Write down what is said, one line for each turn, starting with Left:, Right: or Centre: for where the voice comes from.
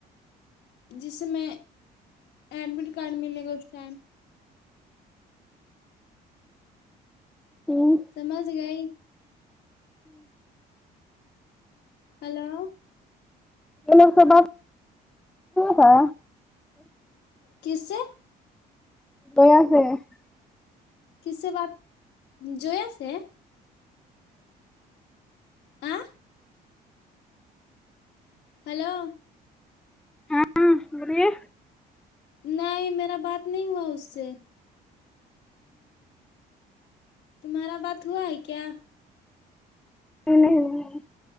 Left: جس سے میں ایڈمٹ کارڈ ملے گا اس ٹائم
Centre: <inaudible>
Left: سمجھ گئی ہیلو
Centre: <unintelligible> یہ لوگ س ب تھا
Left: کس سے
Centre: <unintelligible>
Left: کس سے بات جویا سے آ ہیلو
Centre: ہاں بولیے
Left: نہیں میرا بات نہیں ہوا اس سے تمہارا بات ہوا ہے کیا
Centre: نہیں نہیں